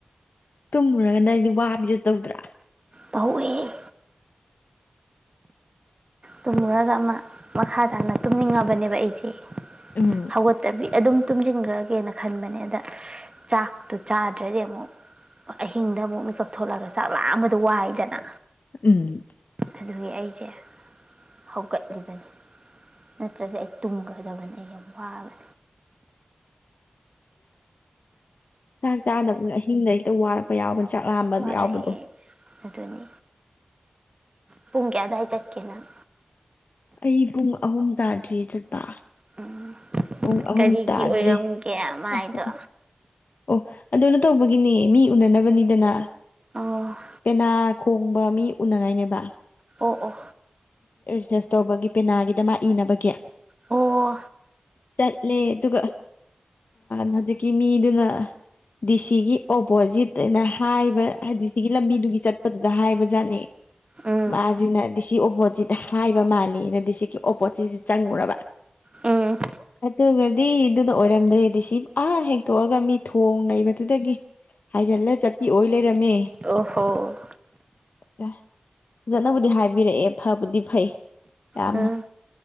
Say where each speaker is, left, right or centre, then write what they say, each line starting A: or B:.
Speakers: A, on the left; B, on the right.
A: ꯇꯨꯝꯃꯨꯔꯒꯥ ꯅꯪꯗꯤ ꯋꯥꯕꯤꯗꯨ ꯇꯧꯗ꯭ꯔꯥ
B: ꯇꯧꯏ ꯇꯨꯝꯃꯨꯔꯒ ꯑꯃ ꯃꯈꯥ ꯇꯥꯅ ꯇꯨꯝꯅꯤꯡꯉꯕꯅꯦꯕ ꯑꯩꯁꯦ
A: ꯎꯝ
B: ꯍꯧꯒꯠꯇꯕꯤ ꯑꯦ ꯑꯗꯨꯝ ꯇꯨꯝꯁꯤꯟꯈ꯭ꯔꯒꯦꯅ ꯈꯟꯕꯅꯦ ꯑꯗ ꯆꯥꯛꯇꯣ ꯆꯥꯗ꯭ꯔꯗꯤ ꯑꯃꯨꯛ ꯑꯍꯤꯡꯗ ꯑꯃꯨꯛ ꯃꯤꯠꯀꯞ ꯊꯣꯛꯂꯒ ꯆꯥꯛ ꯂꯥꯝꯕꯗꯣ ꯋꯥꯏꯗꯅ
A: ꯎꯝ
B: ꯑꯗꯨꯒꯤ ꯑꯩꯁꯦ ꯍꯧꯒꯠꯂꯤꯕꯅꯤ ꯅꯠꯇ꯭ꯔꯒ ꯑꯩ ꯇꯨꯝꯒꯗꯕꯅꯤ ꯑꯩ ꯌꯥꯝ ꯋꯥꯕꯅꯤ
A: ꯆꯥꯛ ꯆꯥꯗꯕꯅ ꯑꯍꯤꯡꯗ ꯍꯦꯛꯇ ꯋꯥꯔꯛꯄ ꯌꯥꯎꯕꯅꯤ ꯆꯥꯛꯂꯥꯝꯕ
B: ꯋꯥꯔꯛꯑꯦ
A: ꯌꯥꯎꯕꯗꯣ
B: ꯑꯗꯨꯅꯤ ꯄꯨꯨꯡ ꯀꯌꯥꯗꯥꯏ ꯆꯠꯀꯦ ꯅꯪ
A: ꯑꯩ ꯄꯨꯡ ꯑꯍꯨꯝ ꯇꯥꯗ꯭ꯔꯤ ꯆꯠꯄ
B: ꯎꯝ
A: ꯄꯨꯡ ꯑꯍꯨꯝ
B: ꯀꯔꯤꯒꯤ
A: ꯇꯥꯗ꯭ꯔꯤ
B: ꯑꯣꯏꯔꯝꯒꯦ ꯃꯥꯏꯗꯣ
A: ꯑꯍꯨꯝ ꯑꯣ ꯑꯗꯨꯅ ꯇꯧꯕꯒꯤꯅꯦ ꯃꯤ ꯎꯅꯅꯕꯅꯤꯗꯅ
B: ꯑꯣ
A: ꯄꯦꯅꯥꯈꯣꯡ ꯃꯤ ꯎꯅꯉꯥꯏꯅꯦꯕ
B: ꯑꯣ ꯑꯣ
A: ꯑꯦꯖꯦꯁ ꯇꯧꯕꯒꯤ ꯄꯦꯅꯥꯒꯤꯗ ꯃꯥꯏ ꯏꯅꯕꯒꯤ
B: ꯑꯣ
A: ꯆꯠꯂꯦ ꯑꯗꯨꯒ ꯍꯧꯖꯤꯛꯀꯤ ꯃꯤꯗꯨꯅ ꯗꯤ ꯁꯤꯒꯤ ꯑꯣꯄꯣꯖꯤꯠ ꯑꯅ ꯍꯥꯏꯕ ꯍꯥꯏ ꯗꯤ ꯁꯤꯒꯤ ꯂꯝꯕꯤꯗꯨꯒꯤ ꯒꯤ ꯆꯠꯄꯗꯨꯗ ꯍꯥꯏꯕꯖꯥꯠꯅꯦ
B: ꯎꯝ
A: ꯃꯥꯖꯤꯅ ꯗꯤ ꯁꯤ ꯑꯣꯄꯣ ꯁꯤꯗ ꯍꯥꯏꯕ ꯃꯥꯂꯦꯅ ꯗꯤ ꯁꯤꯒꯤ ꯑꯣꯞꯄꯣꯠꯁꯤꯗ ꯆꯪꯉꯨꯔꯕ
B: ꯎꯝ
A: ꯑꯗꯨꯒꯗꯤ ꯑꯗꯨꯅ ꯑꯣꯏꯔꯝꯗ꯭ꯔꯦ ꯗꯤ ꯁꯤ ꯑꯥ ꯍꯦꯛꯇꯣꯛꯑꯒ ꯃꯤ ꯊꯣꯡ ꯂꯩꯕꯗꯨꯗꯒꯤ ꯍꯥꯏꯖꯤꯜꯂ ꯆꯠꯄꯤ ꯑꯣꯏ ꯂꯩꯔꯝꯃꯦ
B: ꯑꯣꯍꯣ
A: ꯐꯖꯅꯕꯨꯗꯤ ꯍꯥꯏꯕꯤꯔꯛꯑꯦ ꯐꯕꯨꯗꯤ ꯐꯩ ꯌꯥꯝ
B: ꯎꯝ